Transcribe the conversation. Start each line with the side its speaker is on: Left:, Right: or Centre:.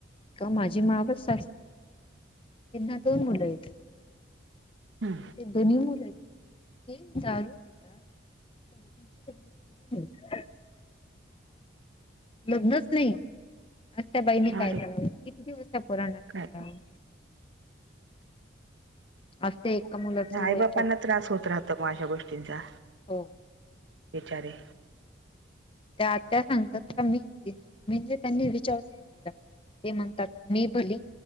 Left: का माझी मावस सासूये त्यांना दोन मुलं आहेत.
Right: हा.
Left: दोन्ही मुलं ते दारू पितात? दोघांची लग्न झालेली नाहीत. <unintelligible> लग्नचं नाही? आता त्या बाईनी
Right: हम्म
Left: काय
Right: अरे
Left: करावे? किती दिवस त्या पोरांना सांभाळावं.
Right: काय
Left: आज ते एका मुलाचं
Right: त्या आईबापांना
Left: वय पस्तीस
Right: त्रास होत राहतो, मग अशा गोष्टींचा.
Left: हो.
Right: बिचारे.
Left: त्या आत्या सांगतात का, मी म्हणजे त्यांनी विचारणं सोडून दिलं. ते म्हणतात, मी भली